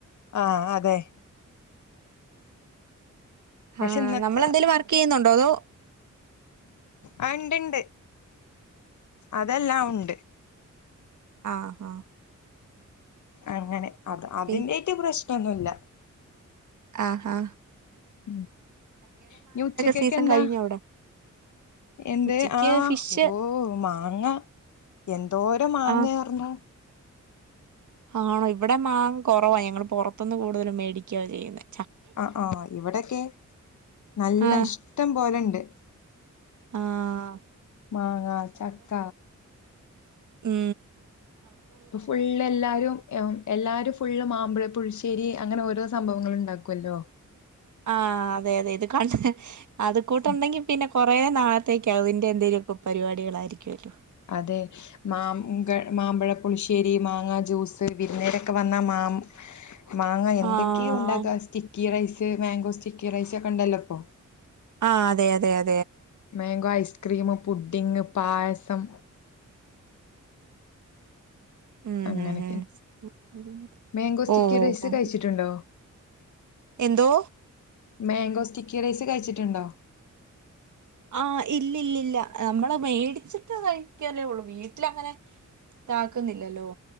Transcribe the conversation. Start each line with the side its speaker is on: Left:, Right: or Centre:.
Left: ആ അതെ പക്ഷെ
Right: ആ
Left: ഇന്നത്തെ
Right: നമ്മൾ എന്തേലും വർക്ക് ചെയ്യുന്നുണ്ടോ അതോ <inaudible>
Left: ആ ഇണ്ടിണ്ട് അതെല്ലാം ഉണ്ട്
Right: ആ ആ
Left: അങ്ങനെ അത് അതിന്റെട്ട്
Right: പി
Left: പ്രശ് ന്നുല്ല
Right: ആ ആ
Left: ഉം ഇനി ഉച്ചക്കെക്ക്
Right: സീസൺ
Left: എന്താ
Right: കഴിഞ്ഞോ അവിടെ
Left: എന്ത്
Right: ഉച്ചക്ക്
Left: ആ
Right: ഫിഷ്
Left: ഓഹ് മാങ്ങ എന്തോരം മാങ്ങയാർന്നു
Right: ആഹ് ആണോ ഇവിടെ മാങ്ങ കുറവാ ഞങ്ങൾ പുറത്തുന്ന് കൂടുതലും മേടിക്കുവ ചെയ്യുന്നേ
Left: ആ ആ ഇവിടൊക്കെ നല്ല
Right: ആഹ്
Left: ഇഷ്ടം പോലുണ്ട്
Right: ആഹ്
Left: മാങ്ങ ചക്ക
Right: മ്
Left: ഫുള്ള് എല്ലാരും എല്ലാരും ഫുള്ള് മാമ്പഴ പുളുശ്ശേരി അങ്ങനെ ഓരോ സംഭവങ്ങൾ ഇണ്ടാക്കുല്ലോ
Right: ആ അതെ അതെ ഇത് കണ്ട് അത് കൂട്ട്
Left: ഉം,
Right: ഉണ്ടെങ്കി പിന്നെ കുറേ നാളത്തേക്ക് അതിൻ്റെ എന്തേലുവൊക്കെ പരിപാടികളായിരിക്കുവല്ലോ
Left: അതെ മാം മാമ്പഴ പുളിശ്ശേരി മാങ്ങാ ജ്യൂസ് വിരുന്നേരൊക്കെ വന്ന മാം മാങ്ങ എന്തൊക്കെയോ
Right: ആഹ്
Left: ഉണ്ടാക്കാ sticky rice mango sticky rice ഒക്കെ ഉണ്ടല്ലോ ഇപ്പോ
Right: ആ അതെ അതെ അ
Left: മാങ്കോ ഐസ്ക്രീംമും പുഡിങ് പായസം
Right: ഉം
Left: അങ്ങനൊക്കെ
Right: ഉം ഉം
Left: മാങ്കോ സ്റ്റിക്കി
Right: ഓ ഓ
Left: റൈസ്
Right: ഓ
Left: കഴിച്ചിട്ടുണ്ടോ
Right: എന്തോ
Left: മാങ്കോ സ്റ്റിക്കി റൈസ് കഴിച്ചിട്ടുണ്ടോ
Right: ആ ഇല്ലില്ലില്ല നമ്മൾ മേടിച്ചിട്ട് കഴിക്കല്ലേ ഉള്ളു വീട്ടില് അങ്ങനെ ഇതാക്കുന്നില്ലല്ലോ